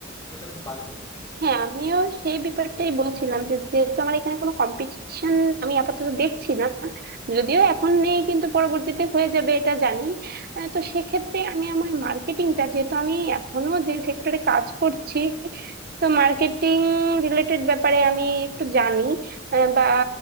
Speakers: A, on the left (about 20°); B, on the right (about 50°).
A: এটা একটা খুব ভালো দিক
B: হ্যাঁ আমিও সেই ব্যাপারটাই বলছিলাম যে যেহেতু আমার এখানে কোনো কম্পিটিশন আমি আপাতত দেখছি না যদিও এখন নেই কিন্তু পরবর্তীতে হয়ে যাবে এটা জানি আহ, তো সেক্ষেত্রে আমি আমার মার্কেটিংটা যেহেতু আমি এখনো যে সেক্টরে কাজ করছি তো মার্কেটিং রিলেটেড ব্যাপারে আমি একটু জানি আহ, বা